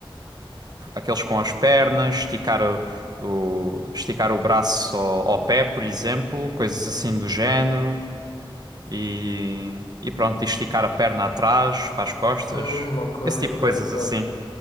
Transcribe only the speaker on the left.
Hum, ok,
ok,
ok.